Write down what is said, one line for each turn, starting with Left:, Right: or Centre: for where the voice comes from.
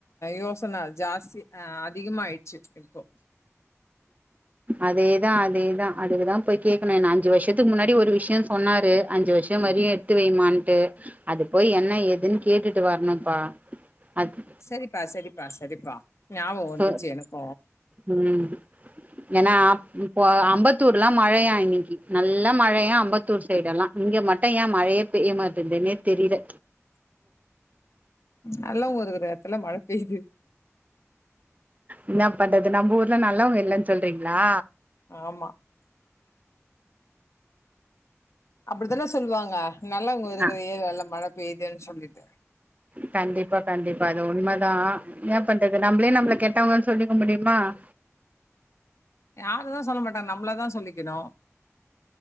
Left: யோசன ஜாஸ்தி அ அதிகமா ஆயிடுச்சு இப்போ
Right: அதேதா அதேதா அதுக்குதா போய் கேக்கணு என்ன அஞ்சு வருஷத்துக்கு முன்னாடி ஒரு விஷயம் சொன்னாரு அஞ்சு வருஷோ வரையு எத்து வைமான்ட்டு அது போய் என்ன ஏதுன்னு கேட்டுட்டு வரணும்ப்பா அது
Left: சரிப்பா சரிப்பா சரிப்பா ஞாபகோ வந்துச்சு
Right: பெ
Left: எனக்கு
Right: ம் ஏனா இப்போ அம்ப த்தூர்லா மழையா இன்னைக்கு நல்லா மழையா அம்பத்தூர் சைடெல்லா இங்க மட்டு ஏ மழையே பெய்ய மாட்டேன்து னே தெரில
Left: நல்லவங்க இருகுற எடத்துல மழை பெய்து
Right: என்ன பண்றது நம்ம ஊர்ல நல்லவங்க இல்லன் சொல்றீங்ளா
Left: ஆமா அப்டிதான சொல்லுவாங்க நல்லவங்க இருக்கிற
Right: ஆ
Left: ஏரியால மழை பெய்துன் சொல்லிட்டு
Right: கண்டிப்பா கண்டிப்பா அது உண்மதா என்ன பண்றது நம்மளே நம்மள கெட்டவங்கன்னு சொல்லிக்க முடியுமா அ
Left: யாருதா சொல்ல மாட்டாங்க நம்மளத சொல்லிக்கணு